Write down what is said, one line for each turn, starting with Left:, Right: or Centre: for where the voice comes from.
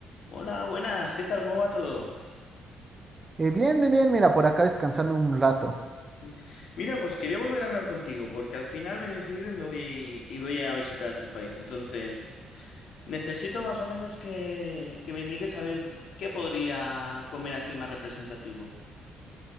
Left: Hola, buenas, ¿qué tal? ¿Cómo va todo?
Right: Eh, bien, bien, bien, mira, por acá descansando un rato.
Left: Sí. Mira, pues quería volver a hablar contigo porque al final me he decidido y me voy a, ir- y voy a visitar tu país. Entonces, necesito más o menos que, que me indiques a ver qué podría comer así más representativo.